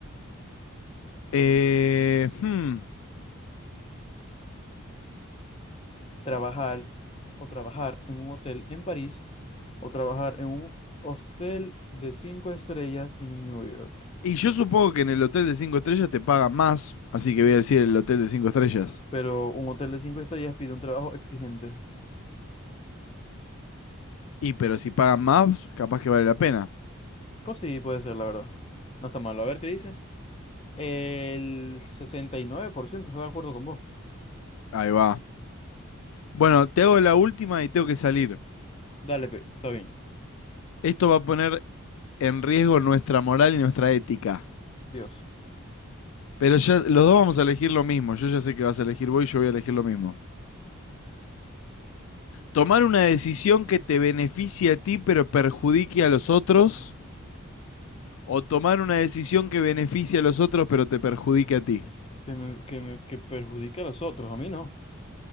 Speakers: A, on the left; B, on the left.
A: Eh, hmm,
B: Trabajar o trabajar en un hotel en París o trabajar en un hotel de cinco estrellas en New York.
A: Y yo supongo que en el hotel de 5 estrellas te pagan más, así que voy a decir el hotel de 5 estrellas.
B: Pero un hotel de cinco estrellas pide un trabajo exigente.
A: Y pero si pagan más, capaz que vale la pena.
B: Pues sí, puede ser, la verdad. No está malo. A ver qué dice. El 69% está de acuerdo con vos.
A: Ahí va. Bueno, te hago la última y tengo que salir.
B: Dale, pe, está bien.
A: Esto va a poner en riesgo nuestra moral y nuestra ética.
B: Dios.
A: Pero ya los dos vamos a elegir lo mismo. Yo ya sé que vas a elegir vos y yo voy a elegir lo mismo. Tomar una decisión que te beneficie a ti pero perjudique a los otros o tomar una decisión que beneficie a los otros pero te perjudique a ti.
B: Que me, que me- que perjudique a los otros, a mí no.